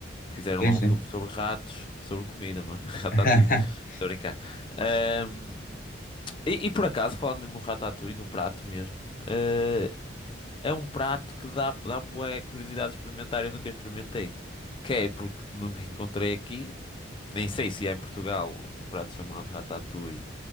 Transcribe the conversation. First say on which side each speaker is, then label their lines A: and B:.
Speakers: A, on the left; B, on the left.
A: que fizeram
B: sim,
A: lá
B: sim.
A: um filme sobre ratos, sobre comida, não é? <laughs> Ratatouille.
B: <laughs>
A: Estou a brincar. Ahm, e, e por acaso, falando no ratatouille, no prato mesmo, eh, é um prato que dá, dá-me bué curiosidade de experimentar e eu nunca experimentei. Que é porque nunca encontrei aqui nem sei se há em Portugal um prato chamado ratatouille